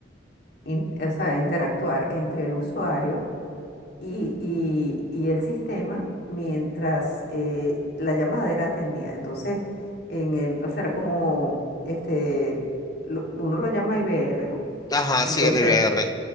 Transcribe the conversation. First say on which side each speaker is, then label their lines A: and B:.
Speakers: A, on the left; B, on the left.
A: in- o sea, interactuar entre el usuario y, y- y el sistema mientras eh, la llamada era atendida. Entonces, en el, o sea, era como este, lo- uno lo llama IVR, ¿no?
B: Ajá,
A: Entonces,
B: sí, el IBR.